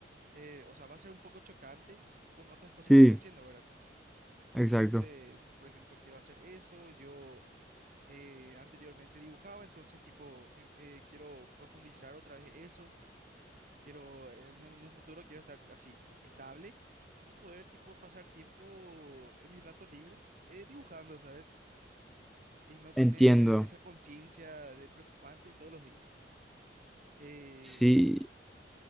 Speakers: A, on the right; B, in the centre.
A: eh, o sea, va a ser un poco chocante con otras cosas
B: sí,
A: que estoy Ujú. haciendo, ¿verdad? Tipo, entonces,
B: exacto.
A: por ejemplo, quiero hacer eso, yo... eh, anteriormente dibujaba, entonces tipo, mi- eh, quiero profundizar otra vez eso, quiero, eh, en un futuro quiero estar así, estable y poder tipo pasar tiempo en mis ratos libres eh, dibujando, ¿sabes? Y no tener
B: Entiendo.
A: esa conciencia de preocupante todos los días. Eh,
B: Sí,